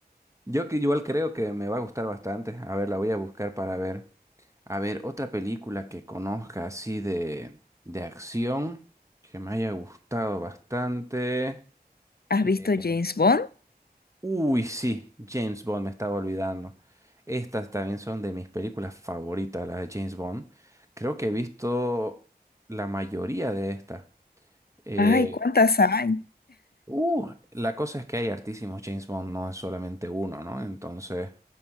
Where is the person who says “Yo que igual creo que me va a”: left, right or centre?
Right